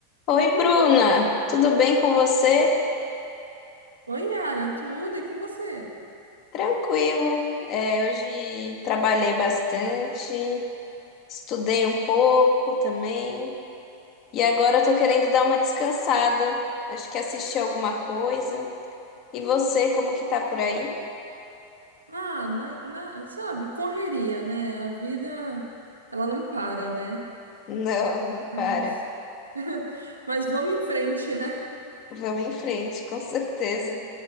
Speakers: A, on the left; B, on the right.
A: Oi, Bruna, tudo bem com você?
B: Oi, Yara, tudo e com você?
A: Tranquilo. É, hoje trabalhei bastante, estudei um pouco também e agora eu tô querendo dar uma descansada. Acho que assisti alguma coisa. E você, como que tá por aí?
B: Ah, na, na- sabe, correria, né? A vida, ela não para, né?
A: <laughs> Não, não para.
B: Mas, <laughs> mas vamos em frente, né?
A: Vamos em frente, com certeza.